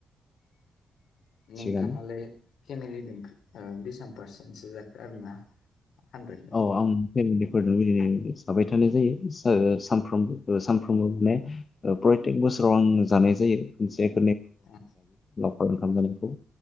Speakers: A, on the left; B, on the left.
A: <inaudible>
B: थिगानो
A: नोंथाङालाय? फेमिलि दोंखो बेसेबां पारसेन्टसो जाखो आरोना? हानद्रेदाव
B: औ आं फेमिलिफोरदों बिदिनो जाबाय थानाय जायो सो, साफ्राम, सानफ्रोमबो माने प्रयथेक बोसोराव आं जानाय जायो मोनसे
A: औ
B: <unintelligible> ओंखाम जानायखौ